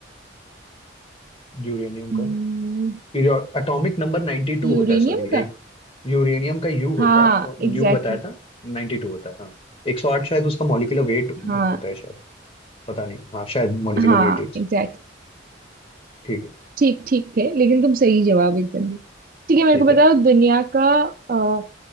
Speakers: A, on the left; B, on the right.
A: यूरेनियम का
B: हम्म
A: पीरियड एटॉमिक नंबर 92 होता
B: यूरेनियम
A: है सॉरी
B: का
A: एक यूरेनियम का यू होता
B: हाँ
A: है और
B: एग्जैक्टली
A: यू बताया
B: exactly.
A: था 92 होता है हाँ 108 शायद उसका मॉलिक्यूलर वेट
B: हाँ
A: होता है शायद पता नहीं हाँ शायद मॉलिक्यूलर
B: हाँ
A: वेट एक
B: एग्जैक्टली
A: ठीक है
B: ठीक ठीक थे लेकिन तुम सही जवाब एकदम दिए। ठीक है मेरे
A: ठीक
B: को बताओ
A: है
B: दुनिया का अ,